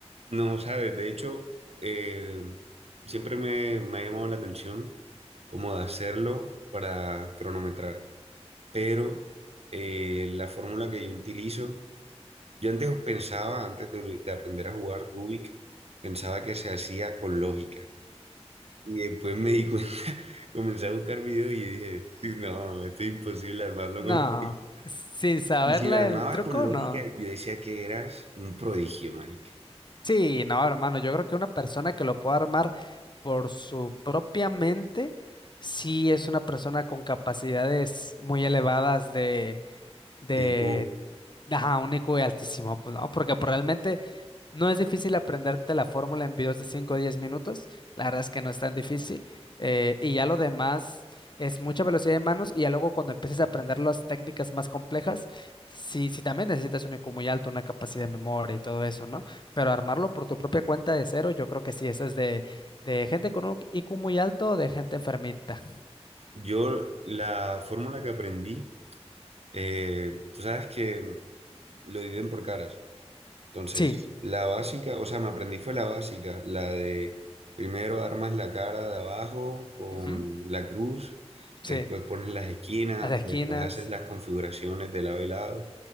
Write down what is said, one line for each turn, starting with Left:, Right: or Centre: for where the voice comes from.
Right: No, sabes, de hecho, eh, siempre me, me ha llamado la atención como de hacerlo para cronometrar. pero eh, la fórmula que yo utilizo, yo antes pensaba, antes de, de aprender a jugar Rubik, pensaba que se hacía con lógica. Y después me di cuenta, <laughs> comencé a buscar videos y dije, "Sí, no, esto es imposible armarlo
Left: No,
Right: con lógica.
Left: sin saberla
Right: Y si lo armabas
Left: el truco,
Right: con lógica,
Left: no.
Right: yo decía que eras un prodigio, marica.
Left: Sí, no, hermano, yo creo que una persona que lo pueda armar por su propia mente, sí es una persona con capacidades muy elevadas de, de
Right: Tipo,
Left: Ajá, único y altísimo, pues, ¿no? Porque pues, realmente no es difícil aprenderte la fórmula en videos de 5 o 10 minutos. La verdad es que no es tan difícil. eh, y ya lo demás es mucha velocidad de manos. Y ya luego cuando empieces a aprender las técnicas más complejas, sí, sí también necesitas un IQ muy alto, una capacidad de memoria y todo eso, ¿no? Pero armarlo por tu propia cuenta de cero, yo creo que sí, eso es de, de gente con un IQ muy alto o de gente enfermita.
Right: yo la fórmula que aprendí, eh, tú sabes que lo dividen por caras. Entonces,
Left: Sí,
Right: la básica, o sea, me aprendí fue la básica, la de primero armas la cara de abajo con
Left: ujú,
Right: la cruz, después
Left: sí.
Right: pones las esquinas,
Left: Las esquinas,
Right: después haces las configuraciones de lado y lado,